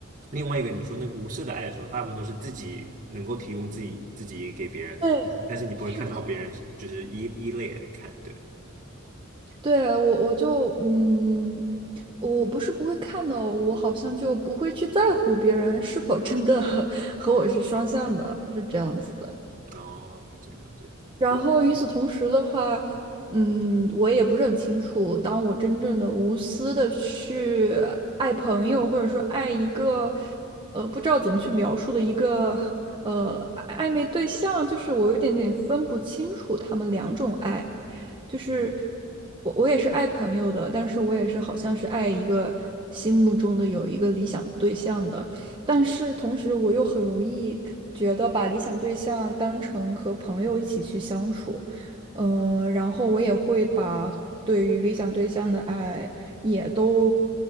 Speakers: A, on the right; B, on the right.
A: 另外一个你说那个无私的爱的时候，大部分都是自己能够提供自己自己给别人的，
B: 对，
A: 但是你不会看到别人就是一一类来看，
B: 是的。
A: 对，
B: 对，我我就嗯，我不是不会看的，我好像就不会去在乎别人是否真的 <laughs> 和我是双向的，是这样子的。
A: 然后了解了解。
B: 然后与此同时的话，嗯，我也不是很清楚，当我真正的无私的去爱朋友，或者说爱一个，呃，不知道怎么去描述的一个，呃，暧昧对象，就是我有点点分不清楚他们两种爱，就是
A: 嗯
B: 我我也是爱朋友的，但是我也是好像是爱一个心目中的有一个理想对象的。但是同时，我又很容易觉得把理想对象当成和朋友一起去相处，呃，然后我也会把对于理想对象的爱也都